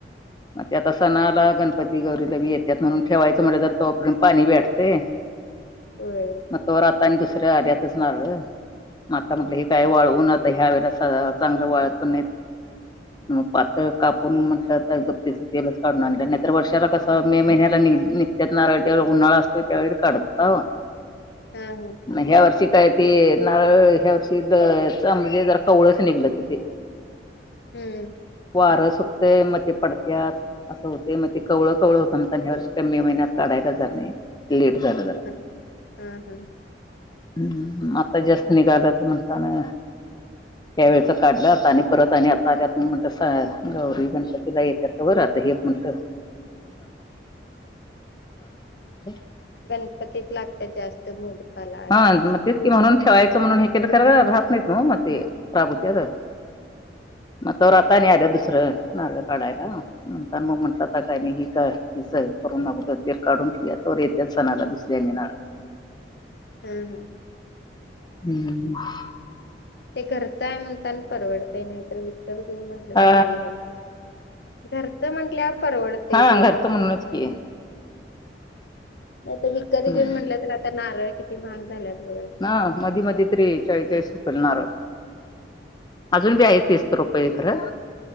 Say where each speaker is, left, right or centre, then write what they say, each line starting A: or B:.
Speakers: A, on the left (about 25°); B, on the left (about 65°).
A: म ते आता सणाला गणपती गौरीला बी येत्यांत म्हणून ठेवायच म्हणल जर तोपर्यंत पाणी बी आट ते!
B: होय!
A: मग तोवरा आता आणि दुसऱ्या आड्यातच नारळ म आता म्हटलं हे काय वाळवून. आतां ह्या वेळेला साधारण चांगलं वाळत पन नाहीत मं पातळ कापून म्हटल त त्याच तेलच काढून आणल, नाहीतर वर्षाला कस मे महिन्याला नींघ-निघत्यांत नारळ त्यावेळी उन्हाळा असतो. त्यावेळी काढतांवा
B: हूं!
A: मं ह्या वर्षी काय ते नारळं, ह्या वर्षी त सम मंजे जरा कवळच निघलं तर ते <inaudible>
B: हूं!
A: वारं सुटतेय म ते पडत्यांत. असं होतय म ते कवळं कवळं होतं म्हणतां न, ह्या वर्षी काय मे महिन्यात काढायला झालं नाही, लेट झालं जरां.
B: ह हां हां!
A: हूं आता जास्त निघालात म्हणता ना. त्यां वेळचं काढलं आता आणि परत आणि आता आल्या त मं म्हतल सा गौरी गणपतीला येत्यात वर आता हे म्हणत. <unintelligible>
B: गणपतीत लागत्यांत जास्त मोदकाला हेला
A: हा मग
B: त्याला.
A: तेच की म्हणून ठेवायचं म्हणून हे केलं खर राहत नाहीत नवं म ते खराब होत्यात. म तो राहता आणि आल्या दुसरं नारंळ काढायला, म्हणता मग म्हटलं त. आनी ही का हिस करून अगोदर ते काढून ठेया तवर येत्याच सणाला दुसऱ्यानी नारळ.
B: हं हं!
A: <inaudible>
B: ते घरचं आहे म्हणता न परवडतय नाही तर विकत घे म्हटलं
A: अ
B: तर नाही घरचं म्हंटल्यावर परवडतय
A: हा
B: ते!
A: घरचं म्हणूनच की
B: आता विकत
A: हम्म
B: घेऊन म्हंटलं तरआता नारळ किती महाग झाल्यात बघा.
A: हा मधी, मधी तरी चाळीसं-चाळीस <unintelligible> नारळ. अजून बी आहे तीस रुपये खरं.